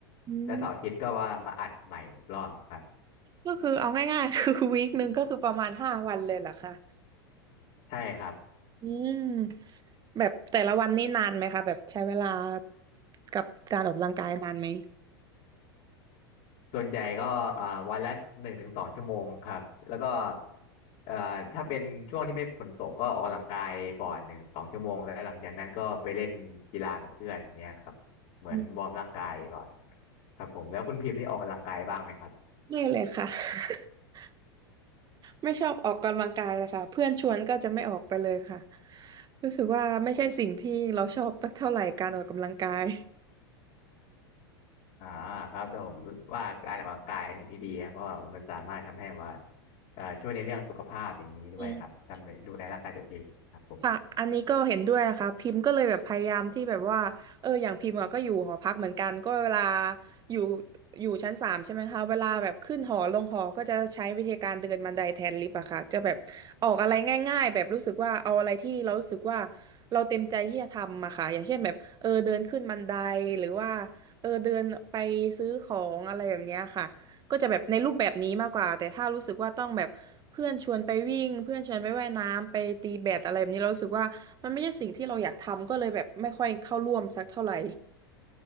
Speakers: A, on the right (about 30°); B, on the left (about 50°).
A: อืม
B: แล้วเสาร์อาทิตย์ก็ว่ามาอัดใหม่อีกรอบครับ
A: ก็คือเอาง่ายๆ <laughs> คือวีคหนึ่งก็คือประมาณห้าวันเลยเหรอคะ
B: ใช่ครับ
A: อืมแบบแต่ละวันนี่นานไหมคะแบบใช้เวลากับการออกกำลังกายนานไหม
B: ส่วนใหญ่ก็อ่าวันละหนึ่งถึงสองชั่วโมงครับแล้วก็เอ่อถ้าเป็นช่วงที่ไม่ฝนตกก็ออกกำลังกายก่อนหนึ่งสองชั่วโมงแล้วหลังจากนั้นก็ไปเล่นกีฬากับเพื่อนอย่างเงี้ยครับเหมือนวอร์มร่างกายก่อน
A: อืม
B: ครับผมแล้วคุณพิมพ์นี่ออกกำลังกายบ้างไหมครับ
A: ไม่เลยค่ะ <laughs> ไม่ชอบออกกำลังกายเลยค่ะเพื่อนชวนก็จะไม่ออกไปเลยค่ะรู้สึกว่าไม่ใช่สิ่งที่เราชอบสักเท่าไหร่การออกกำลังกาย
B: อ่าครับแต่ผมว่าการออกกำลังกายปสิ่งที่ดีครับเพราะว่ามันสามารถทำให้ว่าเอ่อช่วยในเรื่องสุขภาพอย่างนี้ด้วยครับทำให้ดูแลร่างกายตัวเองครับผม
A: อืม ค่ะอันนี้ก็เห็นด้วยนะคะ พิมพ์ก็เลยแบบพยายามที่แบบว่าเอออย่างพิมพ์อะก็อยู่หอพักเหมือนกันก็เวลาอยู่อยู่ชั้นสามใช่ไหมคะเวลาแบบขึ้นหอลงหอก็จะใช้วิธีการเดินบันไดแทนลิฟต์อะค่ะจะแบบออกอะไรง่ายๆแบบรู้สึกว่าเอาอะไรที่เรารู้สึกว่าเราเต็มใจที่จะทำอะค่ะอย่างเช่นแบบเออเดินขึ้นบันไดหรือว่าเออเดินไปซื้อของอะไรแบบเนี้ยค่ะก็จะแบบในรูปแบบนี้มากกว่าแต่ถ้ารู้สึกว่าต้องแบบ เพื่อนชวนไปวิ่งเพื่อนชวนไปว่ายน้ำไปตีแบดอะไรแบบนี้เรารู้สึกว่ามันไม่ใช่สิ่งที่เราอยากทำก็เลยแบบไม่ค่อยเข้าร่วมสักเท่าไหร่